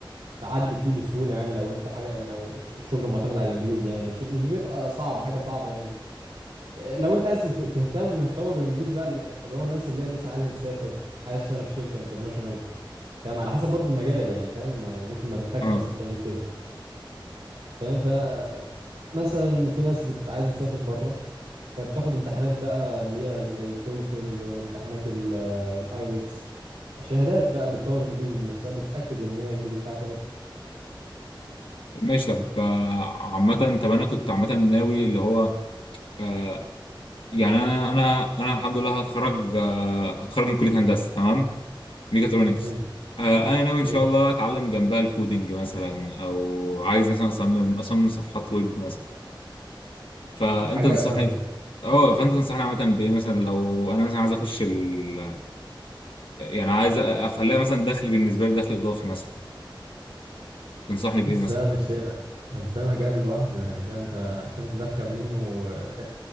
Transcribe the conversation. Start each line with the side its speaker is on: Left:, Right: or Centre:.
Right: تعدي فيه بسهولة يعني لو انت حاجة لو الش- الشغل معتمد على الانجليزي يعني مش مش بيبقى صعب حاجة صعبة يعني إيه، لو انت عايز ت- تهتم وتطور بالانجليزي بقى اللي هو الناس اللي هي مثلا عايزة تسافر عايز تشتغل في شركة انترناشونال فاهم على حسب برضو المجال يعني فاهم يعني ممكن ما تحتاجش
Left: اه
Right: اصلا تعمل كده فاهم ف مثلا في ناس بتبقى عايزة تسافر بره فبتاخد امتحانات بقى اللي هي زي تويفل وامتحانات الايلتس شهادات بقى بتطور انجليزي من نفسها بتأكد ان هي الانجليزي بتاعها كويس
Left: ماشي طب آه، عامه طب انا كنت عامه ناوي اللي هو آه، يعني انا انا انا الحمد لله هتخرج آه، هتخرج من كليه هندسه تمام ميكاترونكس
Right: حلو
Left: آه، انا ناوي ان شاء
Right: حلو
Left: الله اتعلم جنبها الكودينج مثلا او عايز مثلا اصمم اصمم صفحات ويب مثلا فانت
Right: حاجة
Left: تنصحني
Right: بس
Left: اه فانت تنصحني عامه بايه مثلا لو انا مثلا عايز اخش ال... يعني عايز اخليها مثلا دخل بالنسبه لي دخل اضافي مثلا تنصحني بايه
Right: بس
Left: مثلا
Right: ده مش بس ده مجال لوحده يعني ده انت عشان تدخل منه آه،